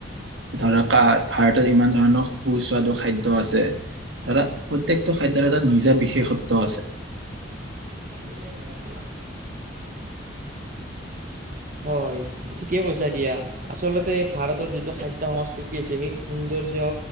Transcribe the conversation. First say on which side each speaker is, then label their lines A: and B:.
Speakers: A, on the right; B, on the right.
A: ধৰা কা ভাৰতত ইমান ধৰণৰ সুস্বাদু খাদ্য আছে ধৰা প্ৰত্যেকটো খাদ্যৰ এটা নিজা বিশেষত্ব আছে
B: <unintelligible> হয় ঠিকেই কৈছা দিয়া আচলতে ভাৰতৰ যিটো খাদ্য সংস্কৃতি আছে সেই সৌন্দৰ্য